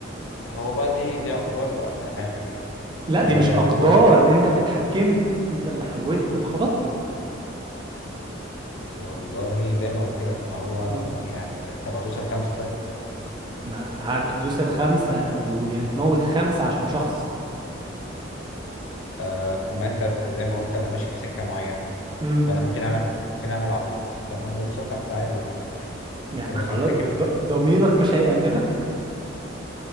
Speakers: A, on the left; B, on the right.
A: هو بقى دي دي اقدار بقى انا هنعمل ايه
B: لا دي
A: يعني
B: مش
A: دي
B: اقدار
A: اقدار هو
B: انت اللي اتحكمت انت اللي حودته وخبطته
A: والله زي ما قلت لك ما هو
B: مم.
A: يعني ت- طب ادوس الخمسه طيب
B: ما هتدوس الخمسه ويعني تموت خمسه عشان شخص
A: آه ما انت ت- زي ما قلت انا ماشي في سكه معينه
B: امم
A: فانا ممكن اعمل ممكن اعمل عبيط تمام وادوس الخمسه عادي يعني
B: يعني خلاص
A: لكن فكره
B: ض- ضميرك مش هيأنبك